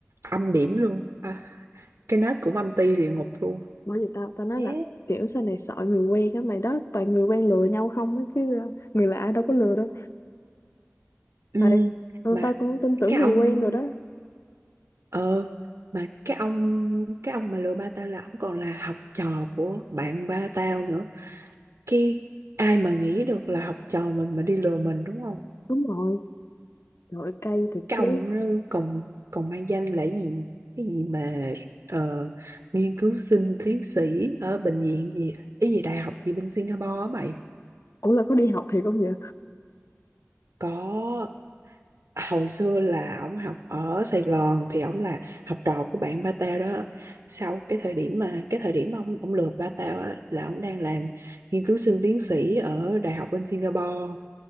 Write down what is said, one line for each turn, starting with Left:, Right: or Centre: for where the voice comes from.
Right: âm điểm luôn à, cái nết cũng âm ti địa ngục luôn
Left: bởi vì tao tao nói
Right: thế
Left: là kiểu sau này sợ người quen á mày đó toàn người quen lừa nhau không á chứ người lạ đâu có lừa đâu
Right: ừ,
Left: tại ừ,
Right: mà
Left: tao cũng tin tưởng
Right: cái
Left: người
Right: ông
Left: quen rồi đó
Right: ờ mà cái ông cái ông mà lừa ba tao là ông còn là học trò của bạn ba tao nữa kia ai mà nghĩ được là học trò mình mà đi lừa mình đúng không
Left: đúng rồi trời ơi, cay thiệt
Right: cái
Left: chứ
Right: ông đó còn còn mang danh là gì cái gì mà ờ, nghiên cứu sinh tiến sĩ ở bệnh viện gì cái gì đại học gì bên Singapore á mày
Left: ủa là có đi học thiệt không vậy
Right: có hồi xưa là ổng học ở Sài Gòn thì ổng là học trò của bạn ba tao đó sau cái thời điểm mà cái thời điểm mà ông ông lừa ba tao á là ổng đang làm nghiên cứu sinh tiến sĩ ở đại học bên Singapore